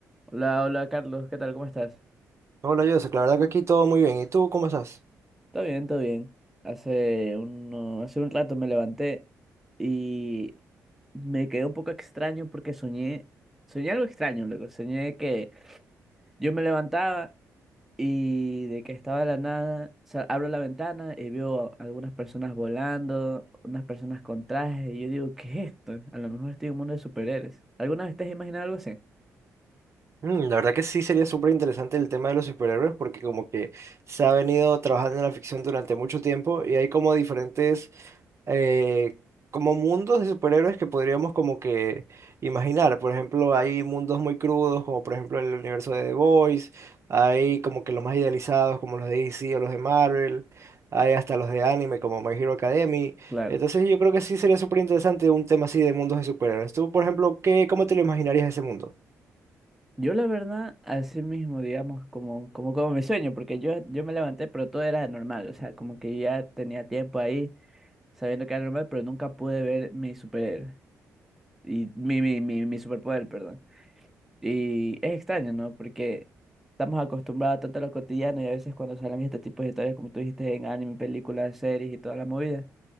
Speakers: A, in the centre; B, on the right.
A: Hola, hola Carlos, ¿qué tal? ¿Cómo estás?
B: Hola, Joseph. La verdad que aquí todo muy bien. ¿Y tú cómo estás?
A: Todo bien, todo bien. Hace uno, hace un rato me levanté y me quedé un poco extraño porque soñé, soñé algo extraño, luego soñé que yo me levantaba y de que estaba de la nada, sa- abro la ventana y veo a algunas personas volando, unas personas con trajes y yo digo, ¿qué es esto? A lo mejor estoy en un mundo de superhéroes. ¿Alguna vez te has imaginado algo así?
B: Mm, la verdad que sí sería súper interesante el tema de los superhéroes porque como que se ha venido trabajando en la ficción durante mucho tiempo y hay como diferentes eh, como mundos de superhéroes que podríamos como que imaginar. Por ejemplo, hay mundos muy crudos, como por ejemplo el universo de The Boys, hay como que los más idealizados, como los de DC o los de Marvel, hay hasta los de anime, como My Hero Academy.
A: Claro.
B: Entonces yo creo que sí sería súper interesante un tema así de mundos de superhéroes. Tú, por ejemplo, ¿qué, cómo te lo imaginarías ese mundo?
A: Yo la verdad, así mismo, digamos, como, como, como mi sueño, porque yo, yo me levanté, pero todo era normal, o sea, como que ya tenía tiempo ahí sabiendo que era normal, pero nunca pude ver mi superhéroe, y mi, mi, mi, mi superpoder, perdón. Y es extraño, ¿no? Porque estamos acostumbrados tanto a lo cotidiano y a veces cuando salen este tipo de historias, como tú dijiste, en anime, películas, series y toda la movida,